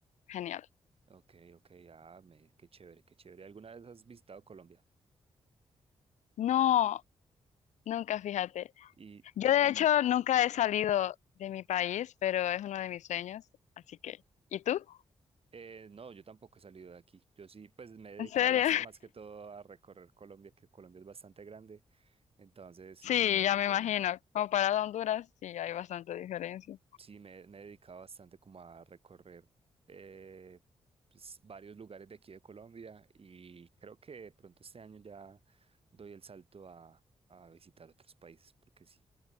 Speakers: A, on the left; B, on the right.
A: genial.
B: ok, ok. Ah, me, qué chévere, qué chévere. ¿Alguna vez has visitado Colombia?
A: No, nunca, fíjate.
B: Y,
A: Yo
B: y,
A: de
B: y
A: hecho nunca he salido de mi país, pero es uno de mis sueños. Así que, ¿y tú?
B: eh, no, yo tampoco he salido de aquí. Yo sí, pues me he dedicado
A: ¿En serio?
B: más, más que todo a recorrer Colombia, que Colombia es bastante grande. Entonces, sí,
A: Sí,
B: me,
A: ya
B: me-
A: me imagino. Comparado a Honduras, sí, hay bastante diferencia.
B: Sí, me, me he dedicado bastante como a recorrer eh, pues, varios lugares de aquí de Colombia y creo que de pronto este año ya doy el salto a, a visitar otros países, porque sí,